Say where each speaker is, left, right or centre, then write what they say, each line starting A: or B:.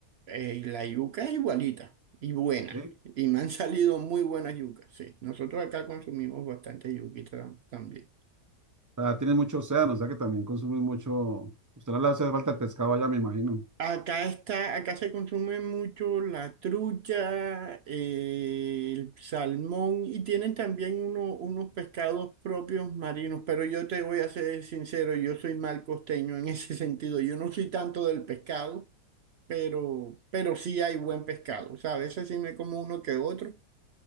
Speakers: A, on the right; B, on the right.
A: Eh, la yuca es igualita y buena.
B: ¿Sí?
A: Y me han <laughs> salido muy buenas yucas, sí. Nosotros acá consumimos bastante yuquita tam- también.
B: Ah, tienen mucho océano, o sea que también consumen mucho. Usted no le hace falta el pescado allá, me imagino.
A: Acá está, acá se consume mucho la trucha, eh, el salmón y tienen también uno- unos pescados propios marinos, pero yo te voy a ser sincero, yo soy mal costeño en ese <laughs> sentido, yo no soy tanto del pescado, pero, pero sí hay buen pescado, o sea A veces sí me como uno que otro,